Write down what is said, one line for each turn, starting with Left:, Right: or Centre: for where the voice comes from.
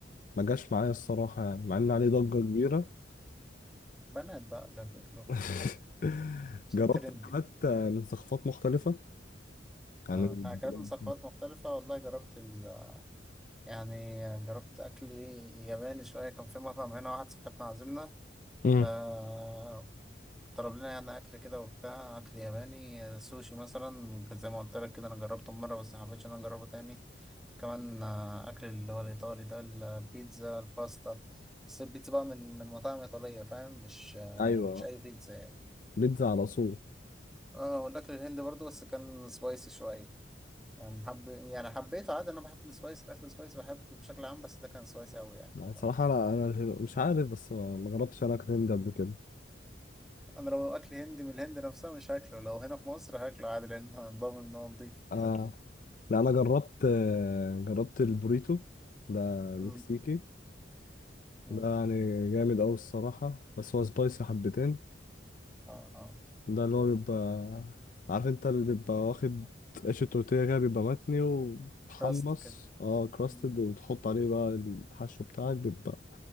Left: ما جاش معايا الصراحة يعني مع ان عليه ضجة
Centre: مم.
Left: كبيرة
Centre: بنات بقى اللي بياكلوها
Left: <laughs>
Centre: عشان
Left: جربت
Centre: ترندي
Left: اكلات من ثقافات مختلفة يعني
Centre: آه، أكلات من ثقافات مختلفة والله جربت ال يعني جربت أكل ياباني شوية كان في مطعم هنا واحد صاحبنا عازمنا
Left: مم.
Centre: آه طلب لنا يعني أكل كده وبتاع أكل ياباني آه، سوشي مثلا زي ما قلت لك كده أنا جربته مرة بس محبتش إن أنا أجربه تاني كمان آه، أكل اللي هو الإيطالي ده البيتزا الباستا بس البيتزا بقى من من مطاعم إيطالية فاهم مش آه
Left: ايوه
Centre: مش أي بيتزا يعني.
Left: بيتزا على صوت
Centre: اه والاكل الهندي برضه بس كان سبايسي شويه يعني حب يعني حبيته عادي انا بحب السبايسي الاكل السبايسي بحبه بشكل عام بس ده كان سبايسي قوي يعني
Left: يعني
Centre: ف-
Left: صراحة لا انا مش عارف بس ما ما جربتش انا اكل هندي قبل كده
Centre: انا لو اكل هندي من الهند نفسها مش هاكله لو هنا في مصر هاكله عادي لان أنا ضامن ان هو نضيف
Left: <laughs>
Centre: وبتاع.
Left: لا انا جربت آه، جربت البوريتو ده
Centre: مم،
Left: مكسيكي
Centre: مم.
Left: ده يعني جامد أوي الصراحة بس هو سبايسي حبتين
Centre: اه اه
Left: ده اللي هو بيبقى عارف انت اللي بيبقى واخد عيش التورتيه كده بيبقى متني ومحمص
Centre: كراست كده
Left: اه كراستد
Centre: مم،
Left: وتحط عليه بقى الحشو بتاعك بيبقى